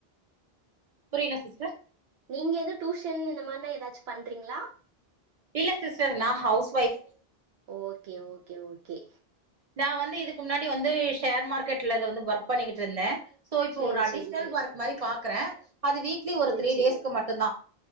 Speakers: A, on the right; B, on the right.
A: புரில சிஸ்டர்
B: நீங்க ஏதோ டூஷன் இந்த மார்னா ஏதாச்சு பண்றீங்ளா
A: இல்ல சிஸ்டர் நா house wife
B: okay okay okay
A: நா வந்து இதுக்கு முன்னாடி வந்து ஷேர் மார்க்கெட்ல வந்து ஒர்க் பண்ணிக்கிட்டு இருந்த சோ இப்போ
B: சேரி
A: ஒரு அடிஷ்னல்
B: சேரி
A: ஒர்க் மாரி பாக்ற அது வீக்லி ஒரு
B: சேரி
A: த்ரீ
B: சேரி.
A: டேஸ்க்கு மட்டு தா